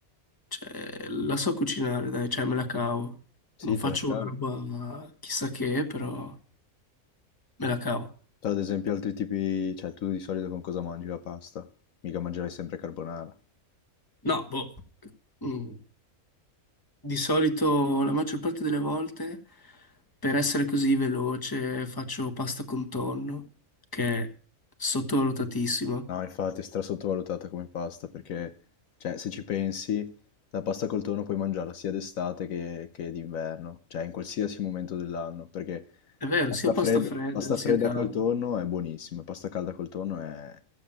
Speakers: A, on the left (about 15°); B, on the left (about 70°).
A: cioè, la so cucinare, dai, cioè me la cavo.
B: Sì,
A: Non faccio
B: te la cavi.
A: una roba chissà che, però me la cavo.
B: Tu, ad esempio, altri tipi, cioè tu di solito con cosa mangi la pasta? Mica mangerai sempre carbonara.
A: No, boh. Mm, Di solito, la maggior parte delle volte, per essere così veloce, faccio pasta con tonno, che è sottovalutatissima.
B: No, infatti è stra sottovalutata come pasta perché, cioè, se ci pensi, la pasta col tonno puoi mangiarla sia d'estate che, che d'inverno, cioè in qualsiasi momento dell'anno, perché
A: È vero,
B: pasta
A: sia pasta
B: fredda,
A: fredda
B: pasta
A: sia
B: fredda
A: calda.
B: col tonno è buonissima, pasta calda col tonno è,